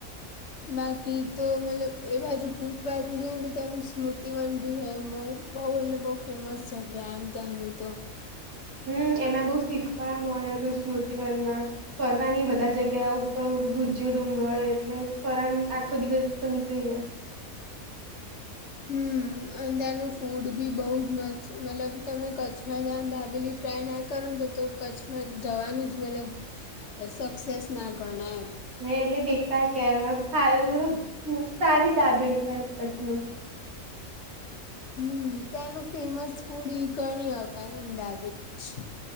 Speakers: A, on the left (about 60°); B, on the right (about 85°).
A: બાકી તો મતલબ એ બાજુ ભૂજ બાજુ છે, નેતો ત્યાંનું સ્મૃતિવન ભી હે એમ બહુ બઉ એટલે બઉ ફેમસ જગ્યા એમ ત્યાંની તો,
B: હું એમાં બઉ શીખવા મળે સ્મૃતિવનમાં, ફરવાની બધા વધારે જગ્યા ઉપર ભુજયો ડુંગર એટલે ફરવાની આ ખો દીવસ તો નીકળી જાય.
A: હું અને ત્યાંનું ફૂડ ભી બહુજ મસ્ત, મતલબ તમે કચ્છમાં જાવ દાબેલી ટ્રાયના કરો તો તો કચ્છમાં જવાનું જ મતલબ અ સક્સેસના ગણાય એમ.
B: મેં એટલે બેકાર કેવાય <unintelligible> સારી દાબેલી કચ્છની,
A: હું ત્યાંનું ફેમસ ફૂડ ઈ ગણી હકાય, અમદાબીજ છીએ.